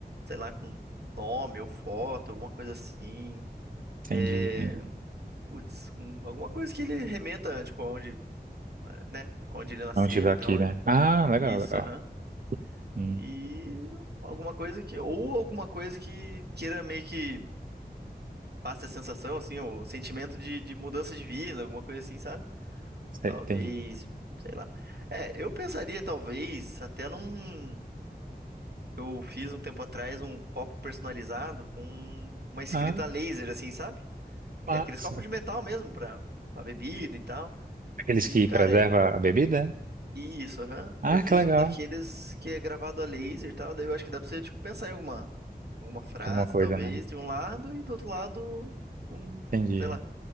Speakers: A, on the right (about 75°); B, on the right (about 55°).
A: sei lá, com nome ou foto, alguma coisa assim.
B: entendi.
A: É,
B: entendi.
A: putz, com alguma coisa que ele remeta, tipo, aonde, é, né? Onde ele nasceu
B: Não tiver
A: e
B: aqui,
A: tal.
B: né? Ah, legal,
A: Isso,
B: legal.
A: aham.
B: Hum,
A: E alguma coisa que, ou alguma coisa que queira meio que passe a sensação, assim, o sentimento de, de mudança de vida, alguma coisa assim, sabe?
B: sei,
A: Talvez,
B: entendi.
A: sei lá. É, eu pensaria, talvez, até num. Eu fiz um tempo atrás um copo personalizado com uma escrita
B: Ah,
A: a laser, assim, sabe?
B: massa.
A: E aqueles copos de metal mesmo, pra, pra bebida e tal.
B: Aqueles
A: E,
B: que
A: cara,
B: preserva
A: é-
B: a bebida?
A: isso, aham.
B: Ah,
A: Eu fiz
B: que legal.
A: um daqueles que é gravado a laser e tal. Daí eu acho que dá pra você, tipo, pensar em alguma, alguma frase,
B: Alguma coisa,
A: talvez,
B: né?
A: de um lado e do outro lado, um,
B: Entendi.
A: sei lá.